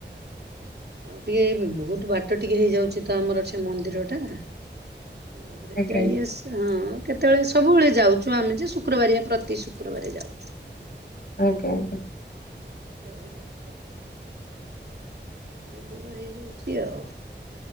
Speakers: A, on the right; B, on the left.
A: ଆଉ ଟିକେ ବହୁତ ବାଟ ଟିକେ ହେଇଯାଉଛି ତ ଆମର ସେ ମନ୍ଦିର ଟା। ତାପରେ
B: ଆଜ୍ଞା
A: ଯାଇ ଆସି ହଁ କେତେବେଳେ ସବୁବେଳେ ଯାଉଛୁ ଆମେ ଯେ ଶୁକ୍ରବାରିଆ ପ୍ରତି ଶୁକ୍ରବାର ଯାଉଛୁ।
B: ଆଜ୍ଞା ଆଜ୍ଞା
A: ଶୁକ୍ରବାରେ ଯାଉଛୁ। ଟିକେ ଦୂର ହେଇଯାଉଛି ଆଉ।